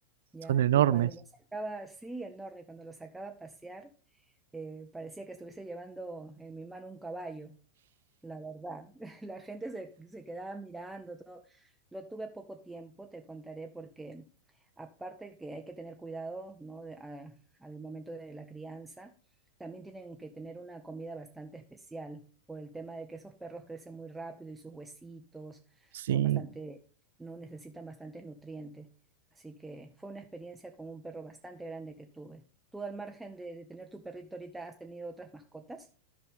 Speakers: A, in the centre; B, on the right.
A: ¿ya?
B: son enormes.
A: Y cuando lo sacaba así, enorme, cuando lo sacaba a pasear, eh, parecía que estuviese llevando en mi mano un caballo. La verdad, <laughs> la gente se, se quedaba mirando todo. Lo tuve poco tiempo, te contaré, porque aparte que hay que tener cuidado, ¿no? de- a- al momento de la crianza, también tienen que tener una comida bastante especial por el tema de que esos perros crecen muy rápido y sus huesitos
B: Sí.
A: son bastante, no necesitan bastantes nutrientes. Así que fue una experiencia con un perro bastante grande que tuve. ¿Tú al margen de, de tener tu perrito ahorita has tenido otras mascotas?